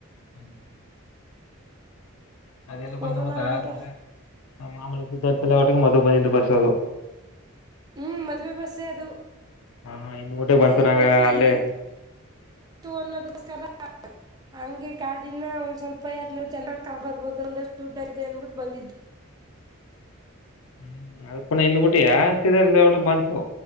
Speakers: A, on the left; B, on the right.
A: ಹ್ಮ. ಅದೆಲ್ಲ ಬಂದುದ
B: ವರುಣಗಂಟ
A: ಆದ್ಮೇಲೆ ಮಾಮೂಲಿ ಸಿದ್ಧಾರ್ಥಲ್ಲ ಒಟ್ಟಿಗೆ ಮದ ಬಂದಂದು ಬಸ್ ಅದು
B: <inaudible> ಹ್ಮ ಮದ್ವೆ ಬಸ್ಸೆ ಅದು
A: ಹ ಹಿಂದ್ ಗುಟೆ
B: ಅದೆಲ್ಲ
A: ಬಂತು ನಂಗ
B: ಮದ್ವೆ
A: ಅಲ್ಲೇ
B: ಇಲ್ಲಿತ್ತ. ತ್ತು ಅನ್ನೋಗೋಸ್ಕರ ಹಂಗೆ ಕಾಡಿನ ಒಂದ ಸ್ವಲ್ಪ ಎದನೂ ಜನ ಕ ಬರ್ಬೋದು ಒಂದಷ್ಟು ದುಡ್ಡದೆ ಅನ್ಬಿಟ್ಟು ಬಂದಿದ್ದು. <inaudible>
A: ಹ್ಮ ಅದ ಪುನ ಇಂದ ಗೂಟಯಾ ತಿದರ್ ಲೇಔಟ್ ಗ ಬಂತು.